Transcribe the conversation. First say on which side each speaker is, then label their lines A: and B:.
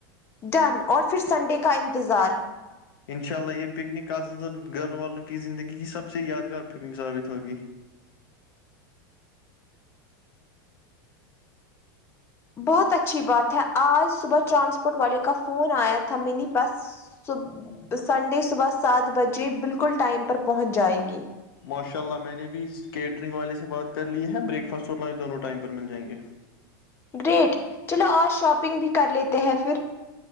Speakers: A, on the left; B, on the left.
A: ڈن اور پھر سنڈے کا انتظار
B: انشاء اللہ یہ پکنک آز گھر والوں کی زندگی کی سب سے یادگار پکنک ثابت ہوگی
A: بہت اچھی بات ہے آج صبح ٹرانسپورٹ والے کا فون آیا تھا منی بس صب سنڈے صبح سات بجے بالکل ٹائم پر پہنچ جائے گی
B: ماشاء اللہ میں نے بھی اس کیٹرنگ والے سے بات کر لی ہے بریک فاسٹ اور لنچ دونوں ٹائم پر مل جائیں گے
A: گریٹ چلو آج شاپنگ بھی کر لیتے ہیں پھر